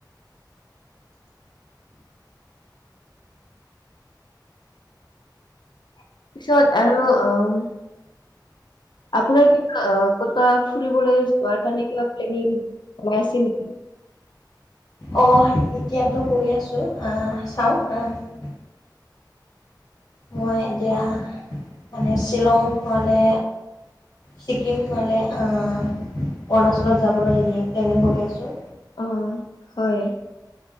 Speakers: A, on the left; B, on the left.
A: তাৰ পিছত আৰু অহ। আপোনাৰ কিবা কতবা ফুৰিবলৈ যোৱাৰ কাৰণে কিবা প্লেনিং জনাইছে নেকি।
B: অহ, এতিয়াতো কৰি আছো, অহ চাওঁ অহ। মই এতিয়া। মানে শ্বিলং নহ'লে, ছিকিম নহলে অৰুণাচলত যাবলৈ নিদিয়ে, প্লেনিং কৰি আছো।
A: অহ' হয়।